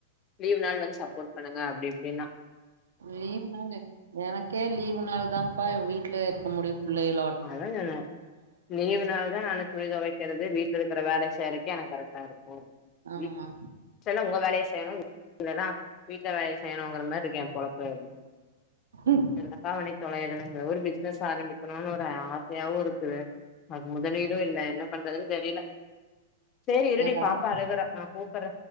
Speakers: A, on the left (about 35°); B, on the right (about 80°).
A: லீவ் நாள் வந்து சாப்போட் பண்ணுங்க அப்டி இப்டினா
B: லீவ் நாளு எனக்கே லீவ் நாள் தாம்ப்பா வீட்ல இருக்க முடியு புள்ளைய
A: அதா சொன்ன லீவ் நாள்தா நானு துணி தொவக்கிறது வீட்ல இருக்குற வேல செய்யறக் கு எனக் கரெக்ட்டா இருக்கு
B: ஆமா
A: வீ லலா உங்க வேலைய செய்யணு <inaudible> <unintelligible> வேலைய செய்யணுங்கற மாரி இருக்கு ஏ பொழப்பு அப்டி
B: ம்
A: என்னப்பா பண்ணி தொலையுறதுங்குற ஒரு பிஸ்னஸ் ஆரம்பி ப நானு ஆசையாவு இருக்குது அது முதலீடு
B: ம்
A: இல்ல என்ன பண்றதுன் தெரில சேரி இருடி
B: ஏதாவது
A: பாப்பா அழுகுறா நா கூப்புர்ற